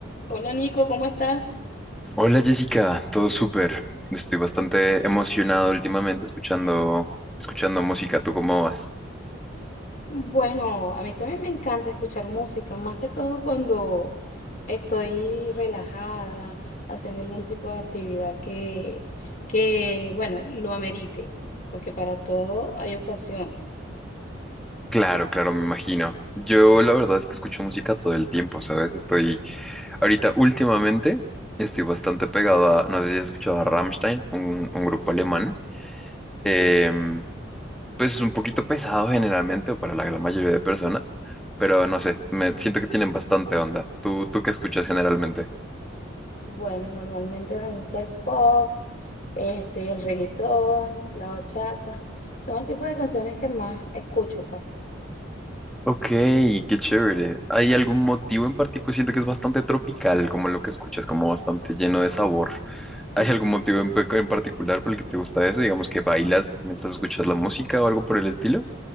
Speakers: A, on the left; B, in the centre.
A: Hola Nico, ¿cómo estás?
B: Hola Jessica, todo súper. Estoy bastante emocionado últimamente escuchando, escuchando música. ¿Tú cómo vas?
A: Bueno, a mí también me encanta escuchar música, más que todo cuando estoy relajada, haciendo algún tipo de actividad que, que, bueno, lo amerite, porque para todo hay ocasión.
B: Claro, claro, me imagino. Yo la verdad es que escucho música todo el tiempo, ¿sabes? Estoy ahorita últimamente estoy bastante pegado a, no sé si has escuchado a Rammstein, un, un grupo alemán. Em, pues es un poquito pesado generalmente o para la gran mayoría de personas, pero no sé, me siento que tienen bastante onda. ¿Tú, tú qué escuchas generalmente?
A: Bueno, normalmente me gusta el pop, este, el reggaetón, la bachata, son el tipo de canciones que más escucho, pues.
B: Ok, qué chévere. ¿Hay algún motivo en particular? Siento que es bastante tropical, como lo que escuchas, como bastante lleno de sabor.
A: Sí,
B: ¿Hay algún motivo en, pe- en particular por el que te gusta eso? Digamos que bailas mientras escuchas la música o algo por el estilo.